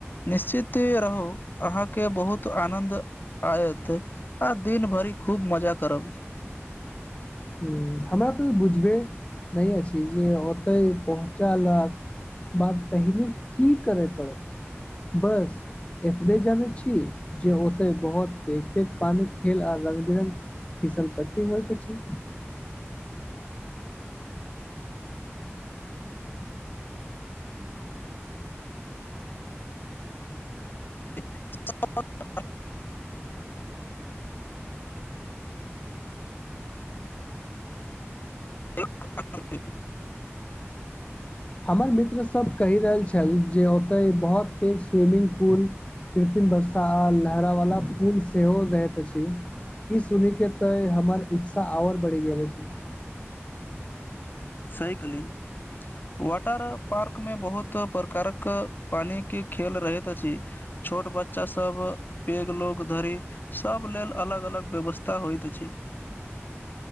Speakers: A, on the left; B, on the left.
A: निश्चित रहू अहाँके बहुत आनन्द आयत आ दिन भरि खूब मजा करब
B: हूँ हमरा तऽ बुझबे नहि अछि जे ओते पहुँचलक बात पहिने की करैत अछि बस एतबे जनैत छी जे ओते बहुत पैघ पैघ पानी खेल आ रंग विरंग फीसल पट्टी होइत अछि
A: <unintelligible> ह <unintelligible>
B: हमर मित्रसभ कहि रहल छल जे ओतय बहुत पैघ स्विमिंग पुल कृत्रिम वर्षा आ लहरा वाला पुल सेहो रहैत अछि ई सुनि के तऽ हमर उत्साह आओर बढ़ि गेल अछि
A: सही कहलियै वाटर पार्क मे बहुत प्रकारक पानी के खेल रहैत अछि छोट बच्चा सब पैघ लोक धरि सब लेल अलग अलग व्यवस्था होइत अछि